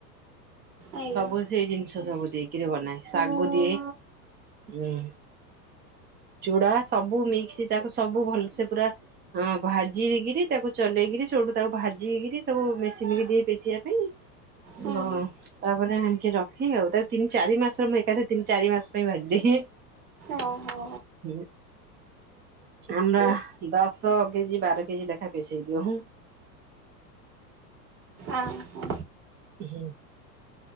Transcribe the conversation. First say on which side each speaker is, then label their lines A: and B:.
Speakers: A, on the right (about 40°); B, on the right (about 20°).
A: ଆଜ୍ଞା
B: ସବୁ ସେଇ ଜିନିଷ ସବୁ ଦେଇକିରି ବନାଏ ଶାଗୁ ଦିଏ ହୁଁ। ଚୂଡା ସବୁ ମିକ୍ସ ତାକୁ ସବୁ ଭଲସେ ପୁରା ଭାଜିିକିରି ତାକୁ ଚଲେଇକିରି ସେଠୁ ତାକୁ ଭାଜିିକିରି ସବୁ ମେସିନ୍ ଦିଏ ପେଶିବା ପାଇଁ। <unintelligible>
A: ହୁଁ।
B: ତାପରେ ଆଣିକି ରଖେ ଆଉ ତା ତିନି ଚାରି ମାସର ମୁଁ ଏକାଥା ତିନି ଚାରି ମାସ ପାଇଁ ଭାଜିଦିଏ।
A: ଓ ହୋ।
B: ହୁଁ ଆମ
A: ନା
B: ଦଶ କେଜି ବାର କେଜି ଲେଖା ପସେଇଇ ଦିଅ ଉଁ।
A: ଅ ହୋ।
B: ହୁଁ।